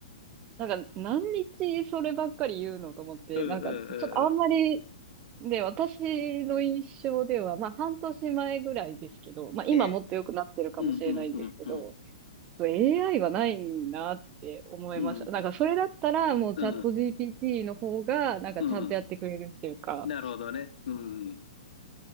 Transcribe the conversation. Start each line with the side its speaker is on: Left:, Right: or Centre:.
Right: なんか何日そればっかり言うのと思って、
Left: うんうんうんうん。
Right: なんかちょっとあんまり、で、私の印象では、まあ半年前ぐらいですけど、まあ今もっと良くなってるかもしれないんですけど、
Left: ええ。うんうんうんうん。
Right: と AI はないなって思いました。
Left: うん、
Right: なんかそれだったらもうチャット
Left: うん、
Right: GPT の方がなんかちゃんとやってくれるっていうか、
Left: うん。なるほどね。うん。